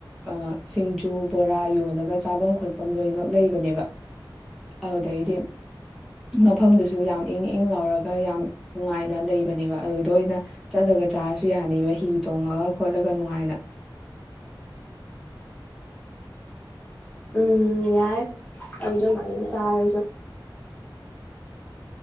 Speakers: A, in the centre; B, on the left.
A: ꯑ ꯁꯤꯡꯖꯨ ꯕꯣꯔꯥ ꯌꯣꯜꯂꯒ ꯆꯥꯕꯝ ꯈꯣꯠꯄꯝ ꯂꯣꯏꯃꯛ ꯂꯩꯕꯅꯦꯕ ꯑꯥꯎꯗꯩꯗꯤ ꯃꯐꯝꯗꯨꯁꯨ ꯌꯥꯝ ꯏꯪ ꯏꯪ ꯂꯥꯎꯔꯒ ꯌꯥꯝ ꯅꯨꯡꯉꯥꯏꯅ ꯂꯩꯕꯅꯦꯕ ꯑꯗꯨꯗ ꯑꯣꯏꯅ ꯆꯠꯂꯒ ꯆꯥꯔꯁꯨ ꯌꯥꯅꯤꯕ ꯍꯤ ꯇꯣꯡꯉꯒ ꯈꯣꯠꯂꯒ ꯅꯨꯡꯉꯥꯏꯅ
B: ꯎꯝ ꯌꯥꯏ ꯑꯗꯨꯗ ꯐꯖꯅ ꯆꯥꯔꯁꯨ